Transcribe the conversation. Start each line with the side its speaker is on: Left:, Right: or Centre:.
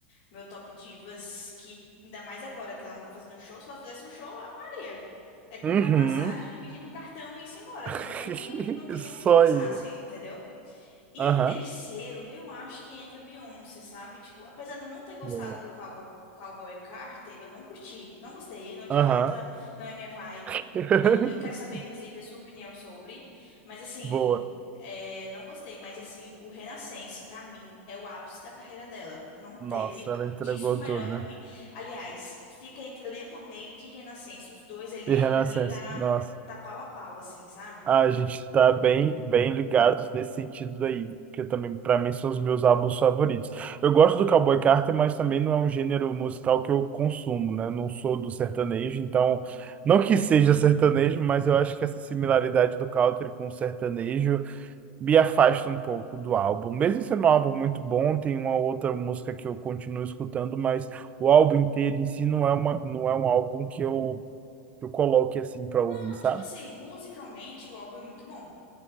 Left: meu top divas, que ainda mais agora que ela não tá fazendo show, se ela fizesse um show, Ave Maria. É comprar
Right: Uhum.
Left: passagem, dividir no cartão e ir embora,
Right: <laughs>
Left: não tem nem o que, não tem
Right: Só
Left: nem o que pensar
Right: aí.
Left: assim, entendeu? E em
Right: Aham,
Left: terceiro, eu acho que entra Beyoncé, sabe? Tipo, apesar de eu não ter gostado
Right: Boa.
Left: do Cowboy, Cowboy Carter, eu não curti. Não gostei, não adianta,
Right: aham.
Left: não é minha vibe.
Right: <laughs>
Left: Não- eu quero saber, inclusive, a sua opinião sobre. Mas, assim,
Right: Boa.
Left: é, não gostei. Mas, assim, o Renaissance, pra mim, é o ápice da carreira dela. Não teve
Right: Nossa, ela entregou
Left: disco melhor
Right: tudo.
Left: pra mim. Aliás, fica entre Lemonade e Renaissance. Os dois ali,
Right: E Renascença,
Left: pra mim, tá,
Right: nossa.
Left: tá pau a pau, assim, sabe?
Right: Ah, A gente tá bem, bem ligados nesse sentido daí, porque também pra mim são os meus álbuns favoritos. Eu gosto do Cowboy Carter, mas também não é um gênero musical que eu consumo, né? Não sou do sertanejo, então não que seja sertanejo, mas eu acho que essa similaridade do country com o sertanejo me afasta um pouco do álbum. Mesmo sendo um álbum muito bom, tem uma outra música que eu continuo escutando, mas o álbum inteiro em si não é uma, não é um álbum que eu, que eu coloque assim para
Left: Não,
Right: ouvir, sabe?
Left: tipo assim, musicalmente o álbum é muito bom.